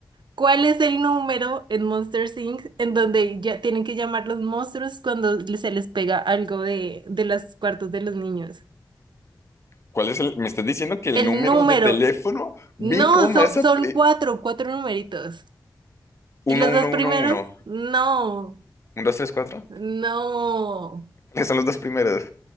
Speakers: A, on the right; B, on the left.
A: ¿Cuál es el número en Monster Inc. en donde ya tienen que llamar los monstruos cuando se les pega algo de, de los cuartos de los niños?
B: ¿Cuál es el? Me estás diciendo que el
A: El
B: número
A: número.
B: de teléfono, vi
A: No,
B: cómo me
A: son,
B: vas a
A: son
B: pe-
A: cuatro, cuatro numeritos.
B: uno
A: Y los dos
B: 1,
A: primeros, no,
B: 2 3 cuatro
A: no.
B: ¿Cuáles son los dos primeros?